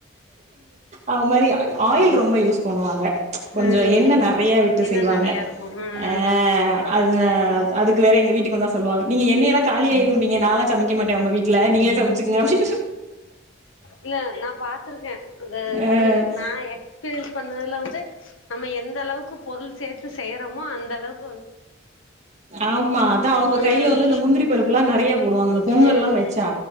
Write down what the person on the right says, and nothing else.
அவ் மாரி ஆயில் ரொம்ப யூஸ் பண்ணுவாங்க கொஞ்சோ
எண்ண நெறைய விட்டு
செய்வாங்க
ஆ அதுன அதுக்கு வேற எங்க வீட்டுக் வந்தா சொல்லுவாங்க நீங்க எண்ணயெலா காலியாயிரும்பீங்க நால்லா சமைக்க மாட்ட ஒங்க வீட்ல நீங்களே சமச்சுக்கங்க அப்டி
ஆ
ஆமா அதா அவுங்க கைல
வந்து அந்த முந்திரி பருப்புலா நெறைய போடுவாங்க த பொங்கல்லா
வெச்சா